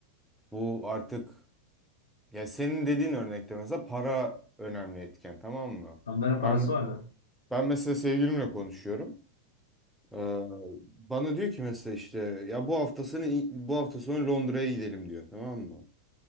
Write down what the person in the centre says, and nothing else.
Bu artık ya senin dediğin örnekte mesela para önemli etken tamam mı?
Ben
ben mesela sevgilimle konuşuyorum. Ee, bana diyor ki mesela işte ya bu hafta sonu bu hafta sonu Londra'ya gidelim diyor tamam mı?